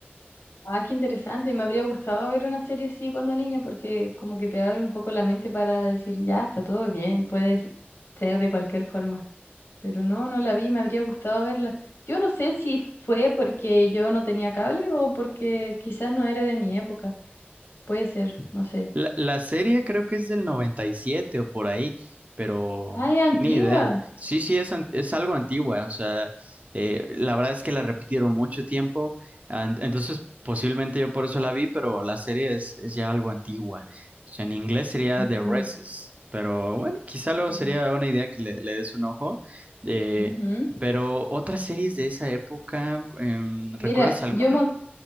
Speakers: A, on the left (about 70°); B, on the right (about 35°).
A: Ah, qué interesante. Me habría gustado ver una serie así cuando niña porque como que te abre un poco la mente para decir, ya, está todo bien, puedes ser de cualquier forma. Pero no, no la vi, me habría gustado verla. Yo no sé si fue porque yo no tenía cable o porque quizás no era de mi época. Puede ser, no sé.
B: La, la serie creo que es del 97 o por ahí, pero
A: Ah, es antigua.
B: ni idea. Sí, sí, es, an- es algo antigua, o sea, eh, la verdad es que la repitieron mucho tiempo, an- entonces posiblemente yo por eso la vi, pero la serie es, es ya algo antigua. O sea, en inglés sería
A: Ujú.
B: The Races, pero bueno, quizá luego
A: Mm,
B: sería una idea que le, le des un ojo. Eh,
A: ujú.
B: pero otras series de esa época, em, ¿recuerdas
A: Mira,
B: alguna?
A: yo me, ac-